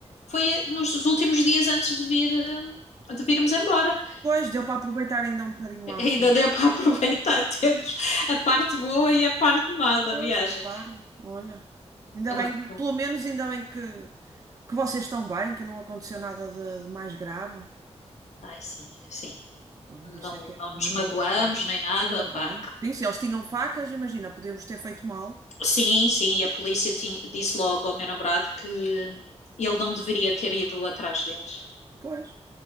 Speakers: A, on the left; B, on the right.
A: foi nos últimos dias antes de vir, eh, de virmos embora.
B: Pois, deu para aproveitar ainda um bocadinho antes,
A: Ainda
B: não
A: deu
B: é?
A: para aproveitar. <laughs> Temos a parte boa e a parte má da
B: Pois,
A: viagem.
B: claro, olha. Ainda bem,
A: Opa.
B: pelo menos ainda bem que, que vocês estão bem, que não aconteceu nada de, de mais grave.
A: Ai, sim, sim.
B: Pronto, isso
A: Não,
B: é que é
A: não
B: o
A: nos
B: mais
A: magoamos
B: importante.
A: nem nada.
B: Ainda
A: Opa.
B: bem. Sim, se eles tinham facas, imagina, podíamos ter feito mal.
A: Sim, sim. E a polícia tinha- disse logo ao meu namorado que ele não deveria ter ido atrás deles.
B: Pois,